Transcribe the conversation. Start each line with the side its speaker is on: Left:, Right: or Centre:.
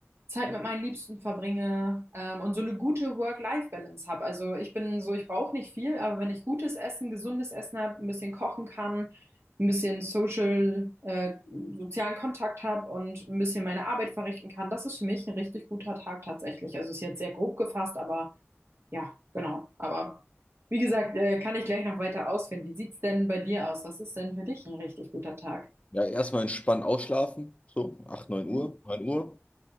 Right: Zeit mit meinen Liebsten verbringe, ähm, und so eine gute Work-Life-Balance habe. Also ich bin so, ich brauche nicht viel, aber wenn ich gutes Essen, gesundes Essen habe, ein bisschen kochen kann, ein bisschen Social, äh, sozialen Kontakt habe und ein bisschen meine Arbeit verrichten kann, das ist für mich ein richtig guter Tag tatsächlich. Also ist jetzt sehr grob gefasst, aber ja, genau. Aber wie gesagt, äh, kann ich gleich noch weiter ausführen. Wie sieht's denn bei dir aus? Was ist denn für dich ein richtig guter Tag?
Left: Ja, erstmal entspannt ausschlafen, so 8 9 Uhr,
Right: Mhm.
Left: 9 Uhr.